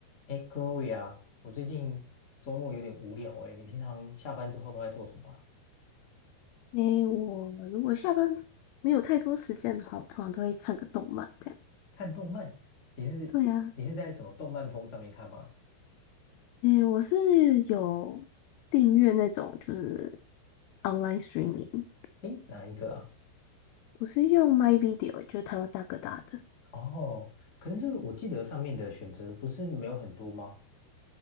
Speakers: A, on the left; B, on the left.
A: 哎，Gloria，我最近周末有点无聊哎，你平常下班之后都在做什么啊？
B: 诶，我如果下班没有太多时间的话，我通常都会看个动漫这样。
A: 看动漫？你是你是在什么动漫风上面看吗？
B: 对呀，诶，我是有订阅那种就是 online streaming，
A: 哎，哪一个啊？
B: 我是用 My Video，就是台湾大哥大的，
A: 哦，可是这个我记得上面的选择不是没有很多吗？